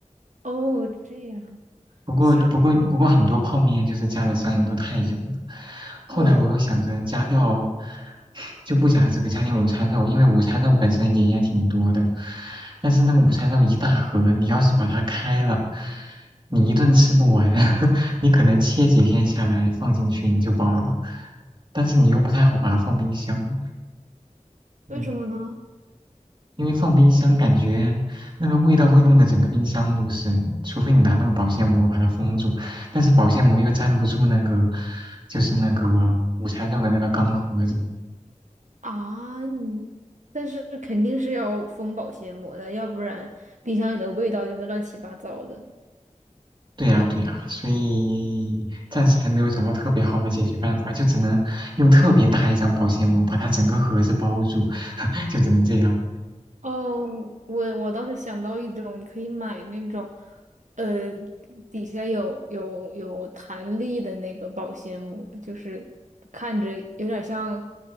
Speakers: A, on the right; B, on the right.
A: 哦，这样，
B: 不过不过不过很多泡面就是加了香油都太油了。
A: 行，嗯
B: 后来我又想着加掉，
A: 对，
B: <laughs> 就不加这个，加点午餐肉，因为午餐肉本身盐也挺多的。但是那个午餐肉一大盒，你要是把它开了，你一顿吃不完，<laughs> 你可能切几片下来放进去你就饱了，但是你又不太好把它放冰箱。
A: 为什么呢？
B: 嗯。因为放冰箱感觉那个味道会弄得整个冰箱都是，除非你拿那个保鲜膜把它封住，但是保鲜膜又粘不住那个，就是那个午餐肉的那个钢盒子。
A: 啊啊，你，但是肯定是要封保鲜膜的，要不然冰箱里的味道就会乱七八糟的。
B: 对呀，对呀，所以暂时还没有找到特别好的解决办法，就只能用特别大一张保鲜膜把它整个盒子包住，<laughs> 就只能这样。
A: 哦，我我倒是想到一种，你可以买那种，呃，底下有有有弹力的那个保鲜膜，就是看着有点像